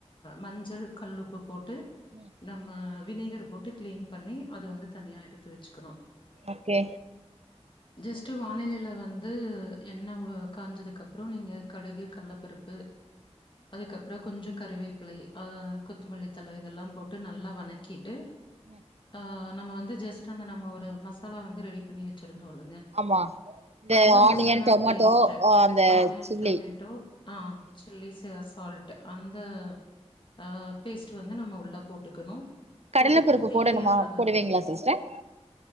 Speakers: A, on the left; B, on the right.
A: மஞ்சள் கல்லுப்பு போட்டு
B: ம்
A: நம்ம வினேகர் போட்டு கிளீன் பண்ணி அது வந்து தனியா எடுத்து வச்சுக்கணு
B: ஓகே
A: ஜஸ்ட்டு வானிலையில வந்து எண்ணெய் காஞ்சதுக்கு அப்றோ நீங்க கடுகு கல்லப்பருப்பு அதுக்கப்றோ கொஞ்சோ கருவேப்லை ஆ கொத்தமல்லித்தழ இதெல்லா போட்டு நல்லா வணக்கிட்டு
B: ம்
A: ஆ நம்ம வந்து ஜஸ்ட் அந்த நம்ம ஒரு மசாலா வந்து ரெடி பண்ணி வச்சிருந்தோ இல்லங்க
B: ஆமா இந்த
A: அந்த
B: ஆனியன்
A: மசாலா
B: டொமேட்டோ
A: பேஸ்ட்ட
B: ஆ அந்த
A: ஆனியன்
B: சில்லி
A: டொமேட்டோ ஆ சில்லி சாஸ் சால்ட் அந்த ஆ பேஸ்ட்டு வந்து நம்ம உள்ள போட்டுக்கணு
B: கடல
A: போட்டுட்டு
B: பருப்பு
A: தேவையான
B: போடணுமா
A: அளவு
B: போடுவீங்ளா சிஸ்டர்